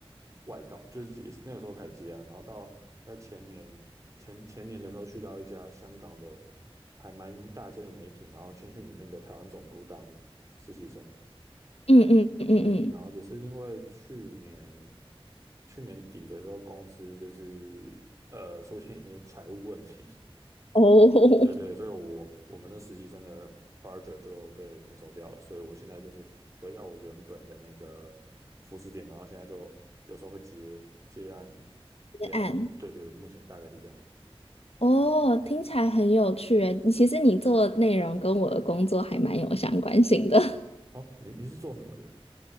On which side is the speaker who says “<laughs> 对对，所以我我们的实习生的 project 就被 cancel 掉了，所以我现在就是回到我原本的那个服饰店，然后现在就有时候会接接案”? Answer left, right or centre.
Right